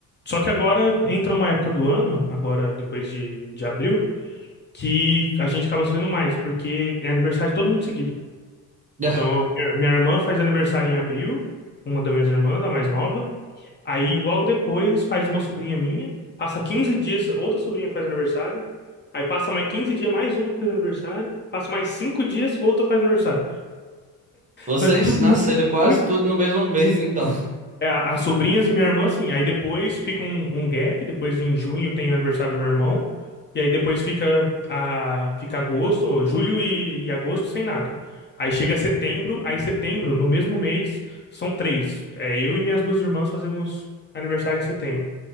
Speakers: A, on the left; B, on the right.
A: Só que agora entra uma época do ano, agora depois de, de abril, que a gente acaba sabendo mais, porque é aniversário de todo mundo seguido.
B: <laughs>
A: Então, minha, minha irmã faz aniversário em abril, uma das minhas irmãs, a mais nova. Aí logo depois faz uma sobrinha minha, passa 15 dias, outra sobrinha faz aniversário. Aí passa mais 15 dias, mais uma faz aniversário. Passa mais 5 dias, outra faz aniversário.
B: Vocês
A: Então é tudo
B: nasceram
A: muito,
B: quase
A: muito.
B: tudo no mesmo mês, então.
A: É, a- as sobrinhas e minha irmã, assim. Aí depois fica um, um gap, depois em junho tem o aniversário do meu irmão. E aí depois fica, a, fica agosto, ou julho e, e agosto sem nada. Aí chega setembro, aí setembro, no mesmo mês, são três. É, eu e minhas duas irmãs fazemos aniversário em setembro.